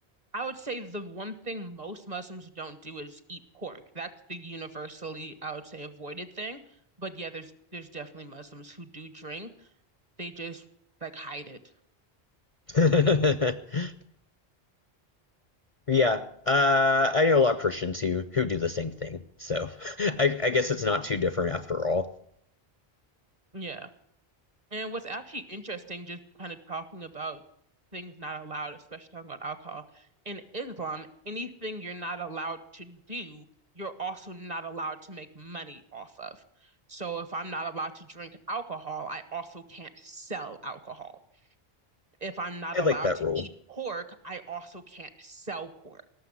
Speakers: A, on the right; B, on the left.
A: I would say the one thing most Muslims don't do is eat pork. That's the universally, I would say, avoided thing. But yeah, there's there's definitely Muslims who do drink. They just like hide it.
B: <laughs> Yeah, uh, I know a lot of Christians who who do the same thing, so <laughs> I, I guess it's not too different after all.
A: Yeah. And what's actually interesting, just kind of talking about things not allowed, especially talking about alcohol, in Islam, anything you're not allowed to do, you're also not allowed to make money off of. So if I'm not allowed to drink alcohol, I also can't sell alcohol. if I'm not
B: I
A: allowed
B: like that
A: to
B: rule.
A: eat pork, I also can't sell pork.